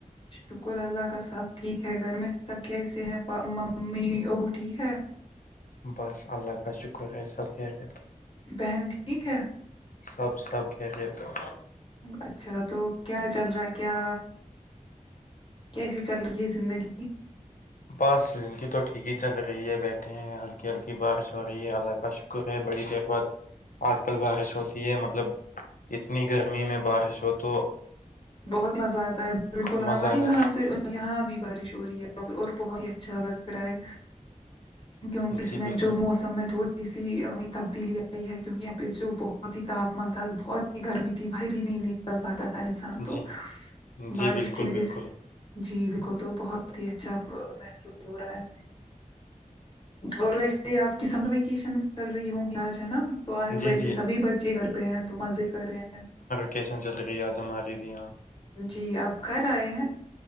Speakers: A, on the left (about 40°); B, on the left (about 75°).
A: شکر اللہ کا سب ٹھیک ہے گھر میں سب کیسے ہیں ممی ابو ٹھیک ہے
B: بس اللہ کا شکر ہے سب خیریت
A: بہن ٹھیک ہے
B: سب سب خیریت ہے
A: اچھا تو کیا چل رہا کیا کیسی چل رہی ہے زندگی
B: بس زندگی تو ٹھیک ہی چل رہی ہے بیٹھے ہیں ہلکی ہلکی بارش ہو رہی ہے الگ شکر ہے بڑی دیر بعد آج کل بارش ہوتی ہے مطلب اتنی گرمی میں بارش ہو تو
A: بہت مزہ آتا ہے بالکل ہمارے
B: مزہ آ
A: یہاں
B: جاتا
A: سے یہاں بھی بارش ہو رہی ہے اور بہت ہی اچھا لگ رہا ہے کیونکہ
B: ہے
A: اس
B: جی
A: میں
B: بالکل
A: جو موسم میں تھوڑی اسی لیے تبدیلی آئی ہے کیونکہ یہاں پہ جو بہت ہی تاپمان تھا بہت اتنی گرمی تھی باہر ہی نہیں نکل پاتا تھا انسان تو
B: جی جی
A: بارش
B: بالکل
A: کی وجہ
B: بالکل
A: سے جی بالکل تو بہت ہی اچھا آ محسوس ہو رہا ہے اور ویسے آپ کی سمر ویکیشن چل رہی ہوں گی آج ہے نا تو آج
B: جی
A: ویسے
B: جی
A: سبھی بچے گھر پہ ہیں تو مزے کر رہے ہیں
B: کیسا چلے گئے آج ہماری بھی آنکھ
A: جی آپ گھر آئے ہیں